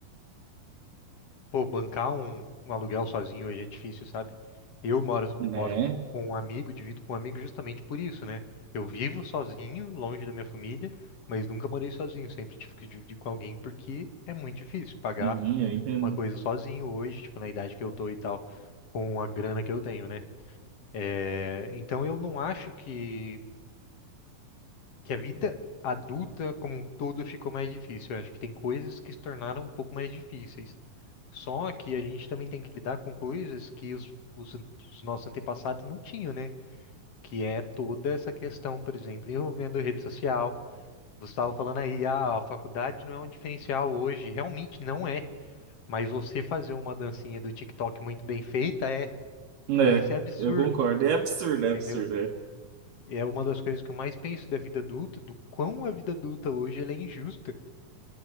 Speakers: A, on the left; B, on the right.
A: Pô, bancar um, um aluguel sozinho hoje é difícil, sabe? Eu moro,
B: Né?
A: moro com um amigo, divido com um amigo justamente por isso, né? Eu vivo sozinho, longe da minha família, mas nunca morei sozinho. Sempre tive que dividir com alguém porque é muito difícil pagar
B: Uhum, eu entendo.
A: uma coisa sozinho hoje, tipo, na idade que eu tô e tal, com a grana que eu tenho, né? É, então eu não acho que, que a vida adulta como um todo ficou mais difícil. Eu acho que tem coisas que se tornaram um pouco mais difíceis. Só que a gente também tem que lidar com coisas que os, os, an- os nossos antepassados não tinham, né? Que é toda essa questão, por exemplo, envolvendo rede social. Você estava falando aí, ah, a faculdade não é um diferencial hoje. Realmente não é. Mas você fazer uma dancinha do TikTok muito bem feita é.
B: Né?
A: E isso é absurdo,
B: Eu concordo. É absurdo,
A: entendeu?
B: é absurdo. É.
A: E é uma das coisas que eu mais penso da vida adulta, do quão a vida adulta hoje ela é injusta.